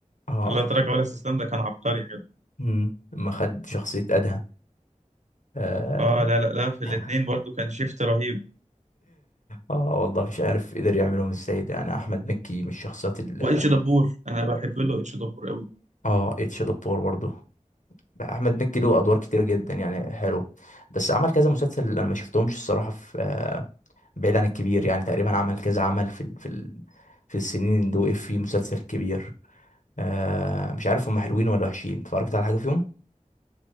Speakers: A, on the left; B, on the right.
A: اه
B: لا تراجع ولا استسلام ده كان عبقري
A: امم لما خد شخصيه ادهم اه
B: اه لا لا لا في
A: <laughs>
B: الاثنين برضو كان شيفت رهيب
A: اه والله مش عارف قدر يعملهم ازاي ده يعني احمد مكي من الشخصيات ال
B: واتش دبور انا بحب له اتش دبور قوي
A: اه اتش دبور برضه احمد مكي له ادوار كتير جدا يعني حلو بس عمل كذا مسلسل انا ما شفتهمش الصراحه في بعيد عن الكبير يعني تقريبا عمل كذا عمل في ال- في ال- في السنين اللي وقف فيه مسلسل كبير آه مش عارف هم حلوين ولا وحشين اتفرجت على حاجة فيهم